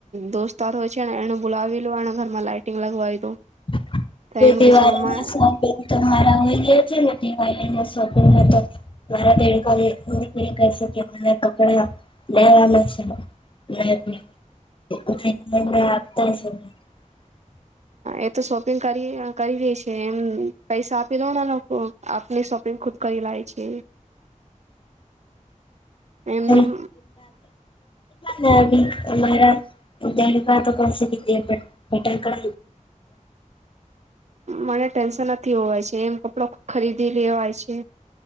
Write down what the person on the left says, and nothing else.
<inaudible>
<unintelligible> કપદા <unintelligible> રેય જ ની <unintelligible> છેને
<unintelligible>
હાવી અમારા દ ભ તો કોસે રી પેટેણ કળ